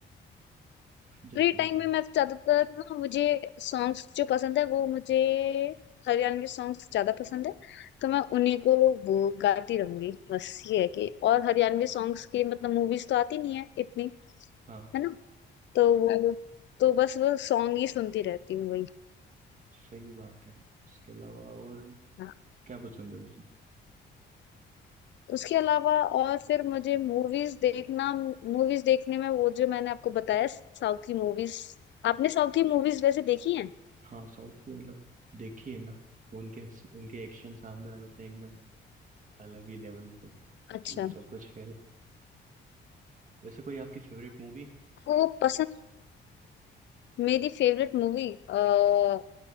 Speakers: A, on the right (about 40°); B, on the left (about 65°).
A: जब
B: फ्री
A: फ्री
B: टाइम
A: टाइम
B: में मैं ज्यादातर ना मुझे सॉन्ग्स जो पसंद है वो मुझे हरियाणवी सॉन्ग्स ज्यादा पसंद है तो मैं उन्हीं को वो गाती रहूंगी बस ये है कि और हरियाणवी सॉन्ग्स की मतलब मूवीज तो आती नहीं है इतनी
A: हाँ
B: है ना तो वो तो बस वो सॉन्ग ही सुनती रहती हूँ वही
A: सही बात है इसके अलावा और
B: हाँ
A: क्या पसंद है वैसे
B: उसके अलावा और फिर मुझे मूवीज देखना मूवीज देखने में वो जो मैंने आपको बताया साउथ की मूवीज आपने साउथ की मूवीज वैसे देखी हैं
A: हाँ साउथ की मतलब देखी है ना उनके उनके एक्शन शानदार होते हैं एकदम अलग ही लेवल पे मतलब
B: अच्छा
A: सब कुछ फेल वैसे कोई आपकी फेवरेट मूवी
B: आपको पसंद मेरी फेवरेट मूवी अ